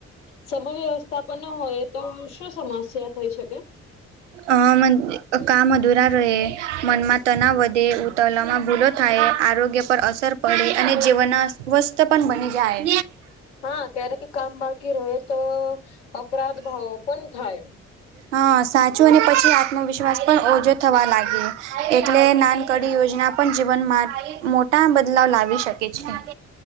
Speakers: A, on the left; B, on the right.
A: સમ વ્યવસ્થા પણ ન હોય તો શું સમસ્યા થઈ શકે
B: અ મ કામ અધૂરા રહે મનમાં તનાવ વધે ઉ તલામાં ભૂલો થાય આરોગ્ય પર અસર પડે અને જીવનમાં સ્વસ્થ પણ બની જાય.
A: હા ક્યારેક કામ બાકી રહે તો અપરાધ ભાવો પણ થાય
B: હા સાચું અને પછી આત્મવિશ્વાસ પણ ઓછો થવા લાગી એટલે નાનકડી યોજના પણ જીવનમાં મોટા બદલાવ લાવી શકે છે.